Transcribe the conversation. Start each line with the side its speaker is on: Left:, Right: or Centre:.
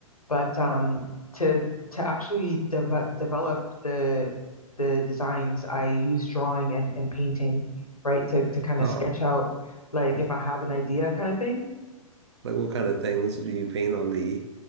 Left: But um, to to actually deve- develop the the designs, I use drawing and, and painting, right? To to kind
Right: Oh,
Left: of sketch out like
Right: like
Left: if I have an idea kind of thing.
Right: like what kind of things do you paint on the